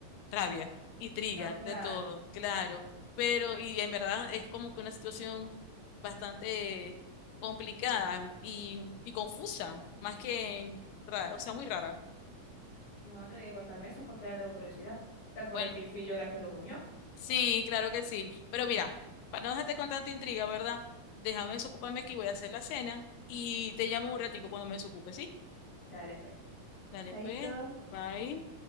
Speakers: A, on the left; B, on the left.
A: rabia, intriga,
B: No, claro.
A: de todo, claro. Pero, y en verdad es como que una situación bastante complicada y, y confusa, más que rara, o sea, muy rara.
B: No, tengo que contarme eso porque ahora tengo curiosidad. ¿Te acordé
A: Bueno,
B: que fui yo la que los unió?
A: sí, claro que sí. Pero mira, para no dejarte con tanta intriga, ¿verdad? Déjame desocuparme aquí, voy a hacer la cena y te llamo un ratico cuando me desocupe, ¿sí?
B: Dale, pues.
A: Dale,
B: Chaito.
A: pues, bye.